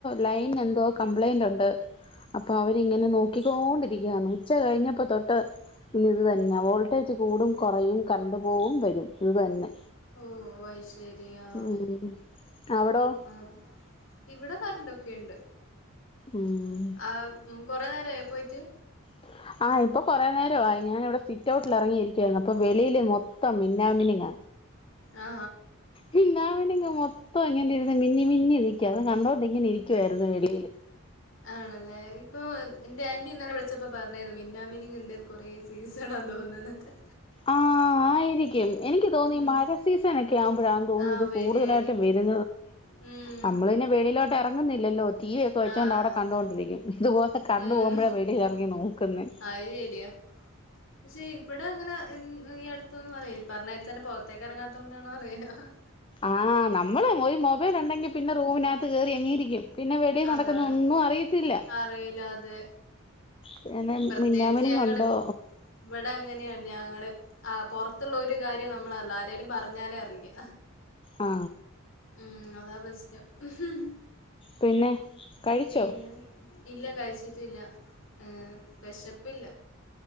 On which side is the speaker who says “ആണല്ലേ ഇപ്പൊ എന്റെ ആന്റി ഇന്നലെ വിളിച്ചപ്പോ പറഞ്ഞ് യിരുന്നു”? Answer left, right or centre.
Left